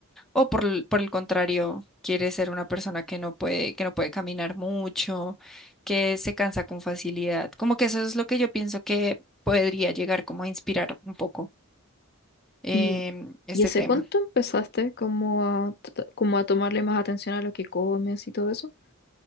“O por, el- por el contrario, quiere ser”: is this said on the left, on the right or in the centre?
Centre